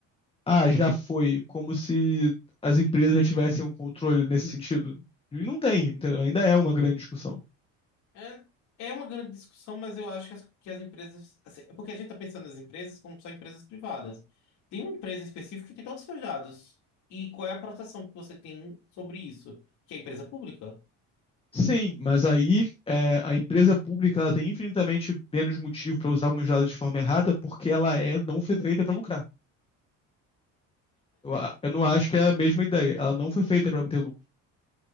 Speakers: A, on the left; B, on the left.
A: ah, já foi, como se as empresas já tivessem um controle nesse sentido. E não tem, entendeu? Ainda é uma grande discussão.
B: É, é uma grande discussão, mas eu acho que as, que as empresas. assim, é porque a gente está pensando nas empresas como só empresas privadas. Tem uma empresa específica que tem todos os seus dados. E qual é a proteção que você tem sobre isso? Que é a empresa pública.
A: Sim, mas aí é, a empresa pública ela tem infinitamente menos motivo para usar meus dados de forma errada porque ela é, não foi feita para lucrar. Eu, a- eu não acho que é a mesma ideia. Ela não foi feita para obter lucro.